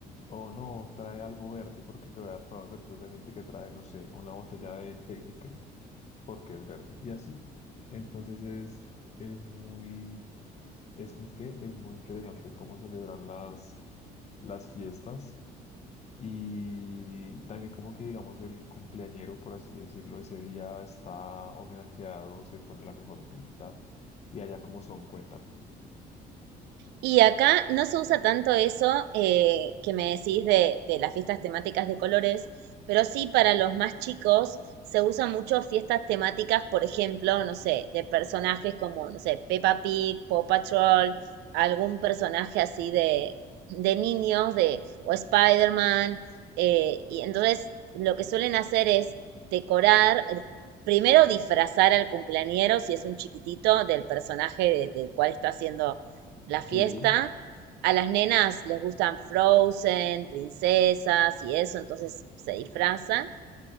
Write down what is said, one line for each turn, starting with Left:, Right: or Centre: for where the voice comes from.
Left: O no, trae algo verde, porque te voy a dar color verde. Entonces hay gente que trae, no sé, una botella de Heineken, porque es verde. Y así. Entonces es, es muy, es muy, ¿qué? Es muy interesante cómo celebran las, las fiestas. Y también como que, digamos, el cumpleañero, por así decirlo, ese día está homenajeado, se pone la mejor pinta. Y allá como son, cuéntame.
Right: Y acá no se usa tanto eso eh, que me decís de, de las fiestas temáticas de colores, pero sí para los más chicos se usan mucho fiestas temáticas, por ejemplo, no sé, de personajes como, no sé, Peppa Pig, Paw Patrol, algún personaje así de, de niños, de, o Spider-Man. eh, y entonces lo que suelen hacer es decorar, eh, primero disfrazar al cumpleañero, si es un chiquitito, del personaje de- del cual está haciendo la fiesta,
Left: Sí.
Right: a las nenas les gustan Frozen, princesas y eso, entonces se disfrazan